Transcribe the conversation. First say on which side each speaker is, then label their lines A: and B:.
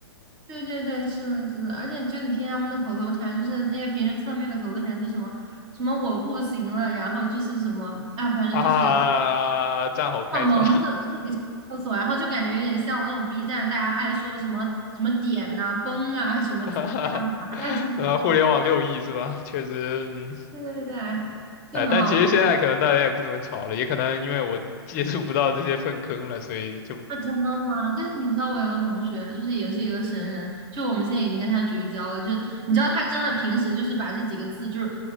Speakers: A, on the right (about 35°); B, on the left (about 40°).
A: 对对对，是的，是的，而且就你听他们的口头禅，就是那些平时侧面的口头禅，就什么什么我不行了，然后就是什么啊，
B: <laughs>
A: 反正就是
B: 啊，战吼开头。
A: 像蒙着这里是厕所，然后就感觉有点像那种 B 站大家爱说什么什么点呐、崩啊、
B: <laughs>
A: 什么鸡啊、麻呀这种，
B: 呃，互联网六亿是吧？确实，嗯，
A: 对对对对，哎就很好。
B: 哎，但其实现在可能大家也不怎么吵了，也可能因为我接触不到这些粪坑了，所以就
A: 啊，真的吗？但是你知道，我有个同学，就是也是一个神人，就我们现在已经跟他绝交了。就是你知道，他真的平时就是把这几个字，就是